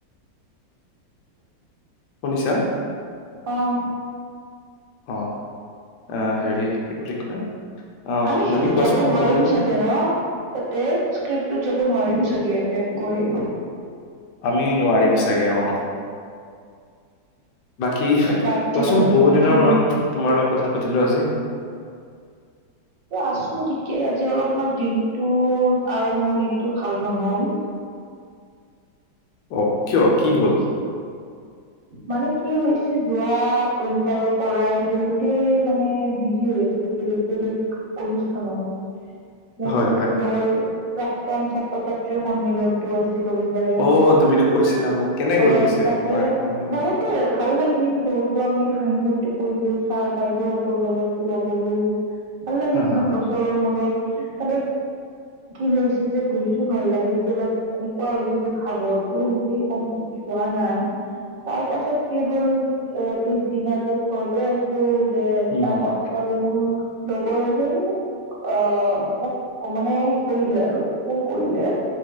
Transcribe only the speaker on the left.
শুনিছা
অ আহ হেৰি কি বুলি কয় আহ
বাকী কোৱাচোন
খবৰ
তোমাৰ
আমি নোৱাৰিম চাগে অ' বাকী কোৱাচোন
বহুত
দিনৰ মূৰত
তোমাৰ লগত কথা পাতিলোঁ আজি
অ' কিয় কি হ'ল?
হয়
হয়
অ তুমিতো কৈছিলা মোক কেনে
গ'ল পিছে
তোমাৰ। সন্মিলন
হা হা
হা
হম
হম